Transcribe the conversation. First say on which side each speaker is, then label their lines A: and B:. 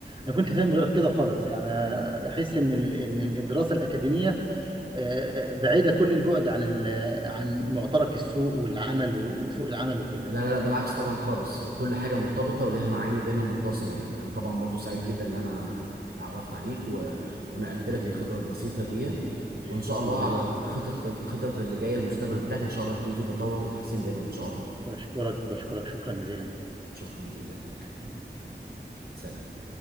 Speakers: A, on the right; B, on the right.
A: أنا كنت فاهم غير كده خالص يعني أحس إن ال- إن الدراسة الأكاديمية آه، بعيدة كل البعد عن ال- عن معترك السوق والعمل وسوق العمل وكده
B: لا لا لا بالعكس طبعا خالص كل حاجه مرتبطه وليها معاني دايما متصله يعني انا طبعا برضو سعيد جدا ان انا يعني اتعرفت عليك و... ونقلت
A: شكرا جزيلا
B: لك الخبره البسيطه دي وان شاء
A: شكرا
B: الله
A: جزيلا
B: على خطط خطط اللي جايه المستقبل بتاعك ان شاء الله يكون في تطور وتحسين دايما ان شاء الله
A: بشكرك بشكرك شكرا جزيلا
B: شكرا جدا ليك
A: شكرا
B: تمام سلام